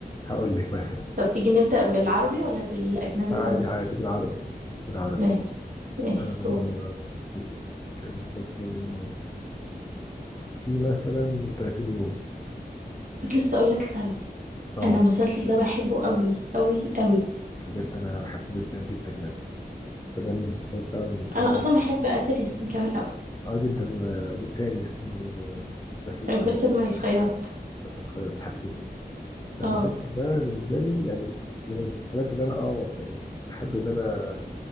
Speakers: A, on the left; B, on the right.
A: هقول لك مثلا
B: طب تيجي نبدأ بالعربي ولا بالاجنبي
A: عادي
B: الاول
A: عادي بالعربي بالعربي
B: ماشي ماشي
A: آه
B: قول
A: كان مسلسل في مثلا 30 يوم
B: كنت لسه اقول لك عليه
A: اه
B: انا المسلسل ده بحبه قوي قوي قوي
A: بجد انا بحبه جدا جدا يعني فده من المسلسلات فعلا اللي
B: انا
A: انا
B: اصلا بحب اسر ياسين كمان قوي
A: اه جدا و... والتاني اسمه باسل الخياط
B: بس من الخياط
A: باسل الخياط بحبه جدا فالمسلسل
B: اه
A: ده بالنسبه لي يعني من المسلسلات اللي انا اه يعني بحب ان انا